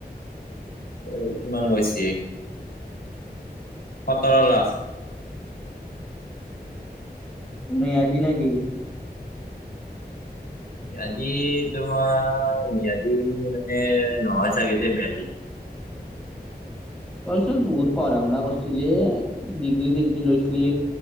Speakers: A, on the left; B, in the centre.
A: তোৰ কিমান কৈছে সতৰ লাখ
B: ম্যাদী নেকি?
A: ম্যাদি তোমাৰ ম্যাদি মানে নহয় চাগে দেই ম্যাদি
B: তইচোন বহুত পঢ়া-শুনা কৰিছিলি ডিগ্ৰী চিগ্ৰী লৈছিলি